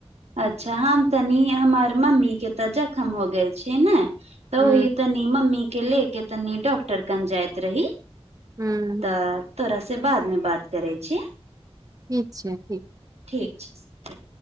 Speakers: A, on the right; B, on the right.
A: अच्छा हम तनी हमर मम्मी के तऽ जख्म हो गेल छै ने तऽ
B: ह
A: ओहि तनी मम्मी के ले के तनी डॉक्टर कन जाइत रही
B: हूँ
A: तऽ तोरा से बाद मे बात करै छी
B: ठीक छै ठीक
A: ठीक छै